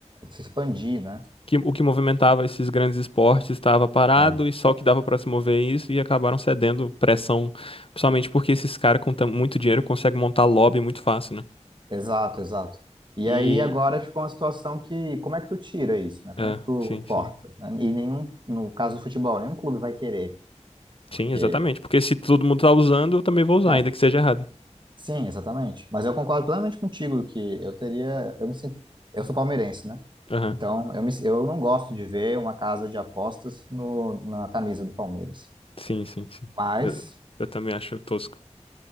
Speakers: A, on the right (about 40°); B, on the left (about 50°).
A: se expandir, né?
B: que o que movimentava esses grandes esportes estava parado
A: É,
B: e só o que dava para se mover é isso e acabaram cedendo pressão, principalmente porque esses caras com tam- muito dinheiro conseguem montar lobby muito fácil, né?
A: Exato, exato. E
B: E
A: aí agora ficou uma situação que como é que tu tira isso, né?
B: é,
A: Como é que tu
B: sim, sim.
A: corta? né? E nenhum, no caso do futebol, nenhum clube vai querer, porque,
B: Sim, exatamente, porque se todo mundo tá usando, eu também vou usar,
A: né?
B: ainda que seja errado.
A: Sim, exatamente. Mas eu concordo plenamente contigo que eu teria, eu me sinto, eu sou palmeirense, né?
B: Aham.
A: Então eu me, eu não gosto de ver uma casa de apostas no, na camisa do Palmeiras.
B: Sim, sim, sim.
A: Mas
B: Eu, eu também acho tosco.